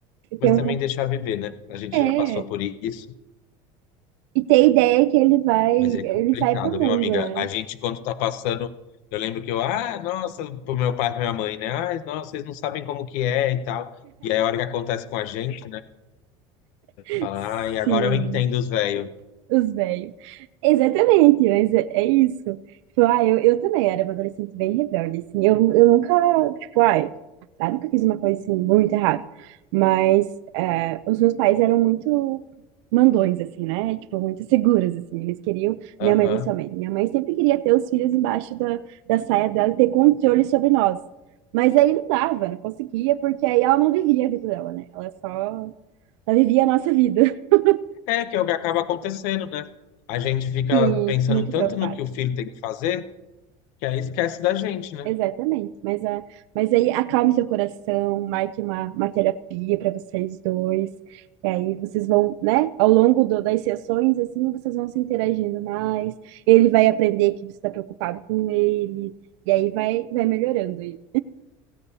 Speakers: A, on the right; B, on the left.
A: E
B: mas
A: ter um,
B: também
A: con-
B: deixar viver, né? A gente
A: é,
B: já passou por isso,
A: e ter a ideia que ele vai, ele
B: Mas é complicado,
A: vai pro mundo,
B: viu, amiga?
A: né?
B: A gente, quando tá passando, eu lembro que eu, ah, nossa, pro meu pai e pra minha mãe, né? Ah, nossa, vocês não sabem como que é e tal. E aí, a hora que acontece com a gente, né?
A: <laughs>
B: Fala, ah, e agora
A: Sim.
B: eu entendo os velhos.
A: Os velhos. Exatamente, mas é, é isso. Tipo, ah, eu, eu também era uma adolescente bem rebelde, assim. Eu, eu nunca, tipo, ai, ah, nunca fiz uma coisa, assim, muito errada. Mas é, os meus pais eram muito mandões, assim, né? Tipo, muito seguros, assim. Eles queriam,
B: Aham.
A: minha mãe principalmente. Minha mãe sempre queria ter os filhos embaixo da, da saia dela e ter controle sobre nós. Mas aí não dava, não conseguia, porque aí ela não vivia a vida dela, né? Ela só, só vivia a nossa vida. <laughs>
B: É que é o que acaba acontecendo, né? A gente fica
A: Sim,
B: pensando
A: muito
B: tanto
A: preocupado.
B: no que o filho tem que fazer, que aí esquece da gente, né?
A: Exatamente. Mas, a, mas aí acalme seu coração, marque uma, uma terapia para vocês dois. E aí vocês vão, né? Ao longo do- das sessões, assim, vocês vão se interagindo mais. Ele vai aprender que você está preocupado com ele. E aí vai, vai melhorando. E